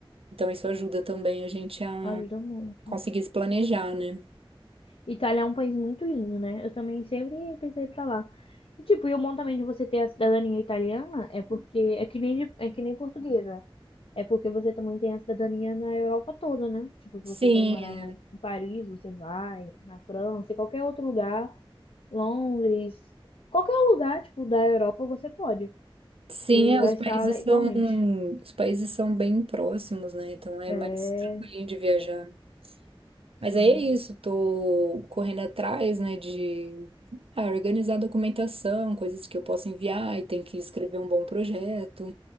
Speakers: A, on the right; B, on the left.
A: Então isso ajuda também a gente a
B: ajuda muito.
A: conseguir se planejar, né?
B: Itália é um país muito lindo, né? Eu também sempre pensei pra lá. E tipo, e o bom também de você ter a cidadania italiana é porque é que nem de- é que nem portuguesa. É porque você também tem a cidadania na Europa toda, né? Tipo, se
A: Sim,
B: você quer morar
A: é.
B: em Paris, você vai, na França, em qualquer outro lugar, Londres, qualquer lugar, tipo, da Europa, você pode.
A: sim,
B: E
A: é,
B: vai
A: os países
B: estar legalmente.
A: são, os países são bem próximos, né? Então é
B: É,
A: mais tranquilinho de viajar.
B: sim.
A: Mas aí é isso, tô correndo atrás, né, de ah, organizar documentação, coisas que eu posso enviar e tem que escrever um bom projeto.